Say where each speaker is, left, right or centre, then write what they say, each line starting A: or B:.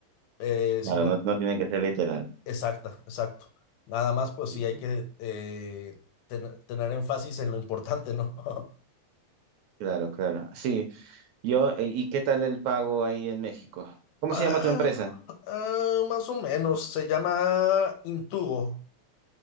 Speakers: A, on the left; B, on the right.
A: Eh,
B: Claro,
A: sino,
B: no, no tiene que ser literal.
A: exacta, exacto. Nada más, pues
B: Sí,
A: sí,
B: sí.
A: hay que eh, ten- tener énfasis en lo importante, ¿no? <laughs>
B: Claro, claro. Sí, yo, eh, ¿y qué tal el pago ahí en México? ¿Cómo
A: Ah,
B: se llama tu empresa?
A: ah, más o menos, se llama Intubo.